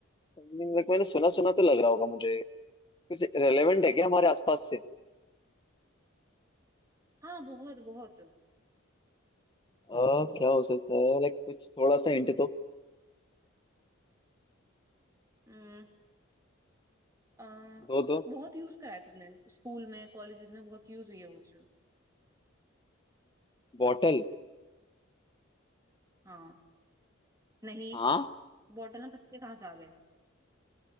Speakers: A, on the left; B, on the right.
A: समथिंग लाइक मैंने सुना सुना तो लग रहा होगा मुझे कुछ रेलेवेंट है क्या हमारे आसपास से
B: हाँ बहुत बहुत
A: आ, क्या हो सकता है लाइक कुछ थोड़ा सा हिंट तो
B: हम्म आ,
A: दो दो
B: बहुत यूज करा है तुमने स्कूल में कॉलेजेस में बहुत यूज हुई है वो चीज
A: बॉटल
B: हाँ नहीं
A: हाँ
B: बॉटल में पत्ते कहाँ से आ गए